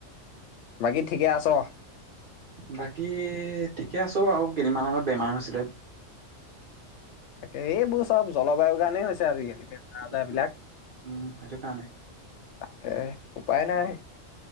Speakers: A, on the left; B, on the right.
A: বাকী ঠিকে আছ
B: বাকী ঠিকে আছো বাৰু। কেইদিনমান আগত বেমাৰ হৈছিলে।
A: এইবোৰ চব জলবায়ু গানেই হৈছে আজিকালি। বেমাৰ
B: উ-উ
A: আজাৰ বিলাক
B: -উম ', এটো কাৰানে
A: তাকে উপায় নাই।